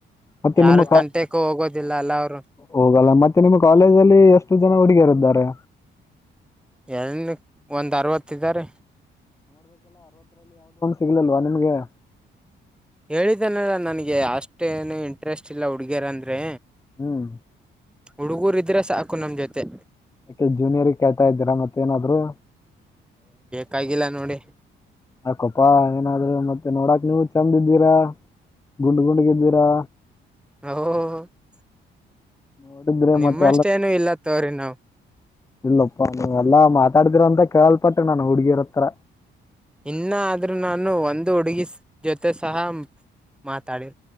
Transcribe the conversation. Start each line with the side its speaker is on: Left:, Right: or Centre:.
Left: ಮತ್ತೆ
Centre: ಯಾರು
Left: ನಿಮ್ಮ
Centre: ತಂಟೆಕ್ಕೂ ಹೋಗೋದಿಲ್ಲ ಅಲ್ಲ ಅವರು
Left: ಹೋಗಲ್ಲ ಮತ್ತೆ ನಿಮ್ಮ ಕಾಲೇಜ ಅಲ್ಲಿ ಎಷ್ಟು ಜನ ಹುಡುಗಿಯರಿದರೆ
Centre: ಎನ್ ಒಂದ್ ಅರವತ್ ಇದ್ದಾರೆ
Left: ಸಿಗ್ಲಲ್ವಾ ನಿಮಗೆ <unintelligible>
Centre: ಹೇಳಿದ್ದೇನಲ್ಲ ನನ್ಗೆ ಅಷ್ ಅಷ್ಟೇನು ಇಂಟ್ರೆಸ್ಟ್ ಇಲ್ಲ ಹುಡುಗ್ಯರ ಅಂದ್ರೆ
Left: ಹ್ಮ್
Centre: ಹುಡುಗೂರ್ ಇದ್ರೆ ಸಾಕು ನಮ್ ಜೊತೆ
Left: ಯಾಕೆ ಜೂನಿಯರ್ ಕೇಳ್ತಾ ಇದ್ದೀರಾ ಮತ್ ಏನಾದ್ರು
Centre: ಕಾಗಿಲ್ಲ ನೋಡಿ
Left: ಅಕೊಪಾ ಏನಾದ್ರು ಮತ್ತೆ ನೋಡಕ್ ನೀವು ಚಂದ ಇದ್ದೀರಾ ಗುಂಡ್ ಗುಂಡ್ಗಿದ್ದೀರಾ
Centre: ಹೂ <unintelligible>
Left: ನೋಡಿದ್ರೆ
Centre: ನಿಮ್ಮಷ್ಟೇಏನು
Left: ಮತ್ತೆ
Centre: ಇಲ್ಲ ತೋವ್ರಿ ನಾವು
Left: ಇಲ್ಲಪ್ಪ ನೀ ಎಲ್ಲಾ ಮಾತಾಡಿದಿರ ಅಂತ ಕೇಳಲ್ಪಟ್ಟ ನಾನ್ ಹುಡ್ಗಿರ್ ಹತ್ರ
Centre: ಇನ್ನಾದ್ರೂ ನಾನು ಒಂದು ಹುಡುಗಿ ಜೊತೆ ಸಹ ಮಾತಾಡಿ